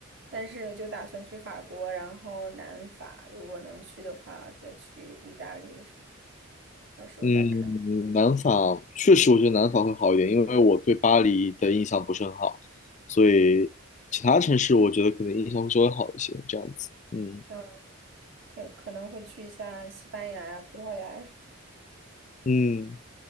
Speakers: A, on the right; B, on the left.
A: 但是就打算去法国，然后南法，如果能去的话，再去意大利什么的，到时候再看。
B: 嗯，南法确实，我觉得南法会好一点，因为我对巴黎的印象不是很好，所以其他城市我觉得可能印象会稍微好一些，
A: 嗯
B: 这样子。嗯
A: 嗯，可可能会去一下西班牙呀、葡萄牙呀什么。
B: 嗯，